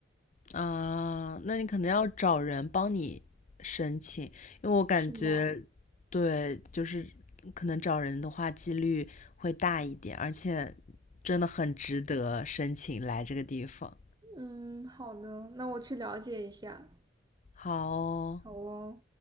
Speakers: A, on the left (about 40°); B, on the right (about 20°).
A: 啊。呃那你可能要找人帮你申请，因为我感觉，
B: 是吗？
A: 对，就是可能找人的话几率会大一点，而且真的很值得申请来这个地方。
B: 嗯，好的，那我去了解一下。
A: 好哦
B: 好哦。